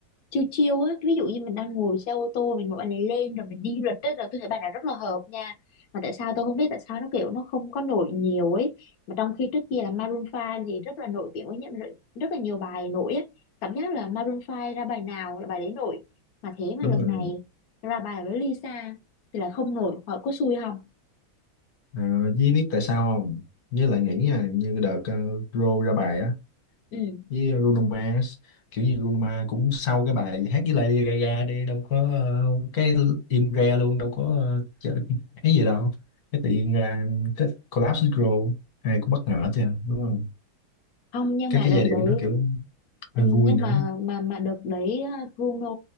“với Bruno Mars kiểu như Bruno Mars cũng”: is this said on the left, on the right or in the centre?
Left